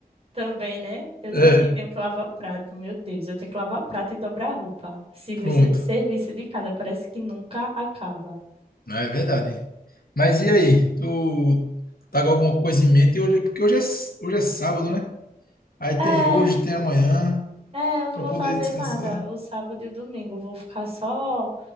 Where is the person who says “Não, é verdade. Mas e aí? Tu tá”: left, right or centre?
Left